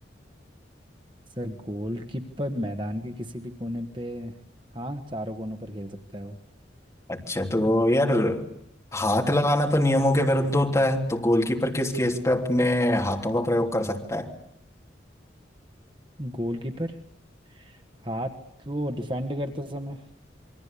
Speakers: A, on the right (about 25°); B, on the left (about 15°).
A: सर गोलकीपर मैदान के किसी भी कोने पे हाँ चारों कोनों पर खेल सकता है वो
B: अच्छा तो यार हाथ लगाना तो नियमों के विरुद्ध होता है तो गोलकीपर किस केस पे अपने हाथों का प्रयोग कर सकता है
A: गोलकीपर हाथ वो डिफेंड करते समय